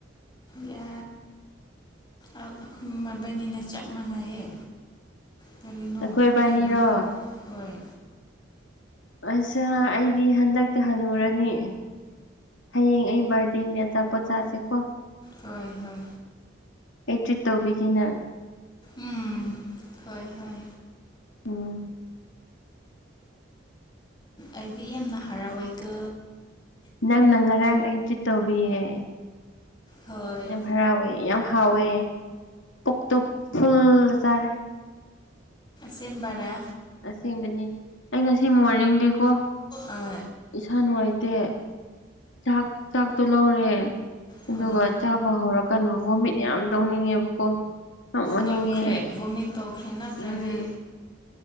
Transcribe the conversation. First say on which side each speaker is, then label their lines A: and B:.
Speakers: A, on the left (about 25°); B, on the left (about 90°).
A: ꯌꯥ ꯑꯩꯈꯣꯏ ꯃꯕꯥꯅꯤꯅ ꯆꯞ ꯃꯥꯟꯅꯩꯌꯦ ꯀꯔꯤꯅꯣ
B: ꯑꯩꯈꯣꯏꯕꯥꯅꯤꯔꯣ
A: ꯍꯥꯏꯒꯅꯨ ꯍꯣꯏ
B: ꯑꯁꯥ ꯑꯩꯗꯤ ꯍꯟꯗꯛꯇꯤ ꯍꯜꯂꯨꯔꯅꯤ ꯍꯌꯦꯡ ꯑꯩ ꯕꯥꯔꯗꯤꯟ ꯑꯆꯥꯄꯣꯠ ꯆꯥꯁꯦꯀꯣ
A: ꯍꯣꯏ ꯍꯣꯏ
B: ꯑꯦ ꯇ꯭ꯔꯤꯠꯇꯕꯤꯒꯤꯅ
A: ꯎꯝ ꯍꯣꯏ ꯍꯣꯏ
B: ꯎꯝ
A: ꯑꯩꯗꯤ ꯌꯥꯝꯅ ꯍꯔꯥꯎꯋꯦꯒ
B: ꯅꯪꯅ ꯉꯔꯥꯡ ꯑꯩꯗꯤ ꯇꯧꯕꯤꯌꯦ
A: ꯍꯣꯏ
B: ꯌꯥꯝ ꯍꯔꯥꯎꯋꯦ ꯌꯥꯝ ꯍꯥꯎꯋꯦ ꯄꯨ ꯇꯨ ꯐꯨꯜ ꯆꯔꯦ
A: ꯁꯦꯝꯕꯔ
B: ꯑꯁꯦꯡꯕꯅꯤ ꯑꯩ ꯉꯁꯤ ꯃꯣꯔꯅꯤꯡꯗꯦꯀꯣ
A: ꯑꯣ
B: ꯏꯁꯥ ꯅꯨꯡꯉꯥꯏꯇꯦ ꯆꯥꯛ ꯆꯥꯛꯇꯣ ꯂꯧꯔꯦ
A: ꯍꯣꯏ
B: ꯑꯗꯨꯒ ꯆꯥꯕ ꯍꯧꯔꯀꯥꯟꯗ ꯚꯣꯃꯤꯠ ꯌꯥꯝ ꯇꯧꯅꯤꯡꯉꯦꯕꯀꯣ ꯌꯥꯝ ꯑꯣꯅꯤꯡꯉꯦ
A: ꯇꯣꯛꯈ꯭ꯔꯦ ꯚꯣꯃꯤ ꯇꯣꯛꯈ꯭ꯔꯦ ꯅꯠꯇ꯭ꯔꯗꯤ
B: ꯎꯝ